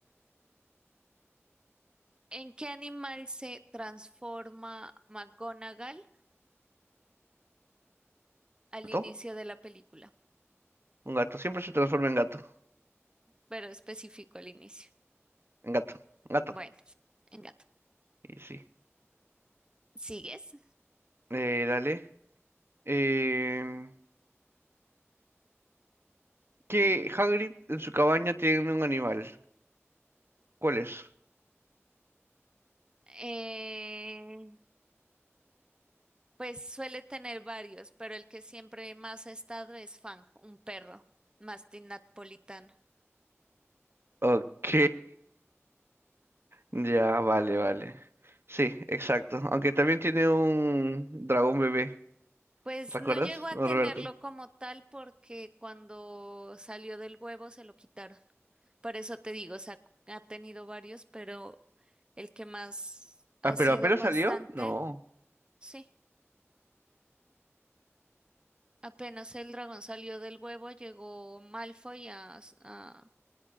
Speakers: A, on the right (about 20°); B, on the right (about 55°).
A: ¿en qué animal se transforma McGonagall al
B: ¿Gato?
A: inicio de la película?
B: Un gato. Siempre se transforma en gato.
A: Pero específico al inicio.
B: En gato. En gato.
A: Bueno, en gato.
B: Y sí.
A: ¿Sigues?
B: Eh, dale. Eh, que Hagrid en su cabaña tiene un animal. ¿Cuál es?
A: Eh, pues suele tener varios, pero el que siempre más ha estado es Fang, un perro mastín napolitano.
B: Ok, ya, vale, vale. Sí, exacto. Aunque también tiene un dragón bebé,
A: Pues
B: ¿recuerdas,
A: no llegó a
B: Norberto?
A: tenerlo como tal porque cuando salió del huevo se lo quitaron. Por eso te digo, o sea, ha tenido varios, pero el que más ha
B: Ah, pero
A: sido
B: apenas
A: constante,
B: salió, no.
A: sí. Apenas el dragón salió del huevo, llegó Malfoy a, a-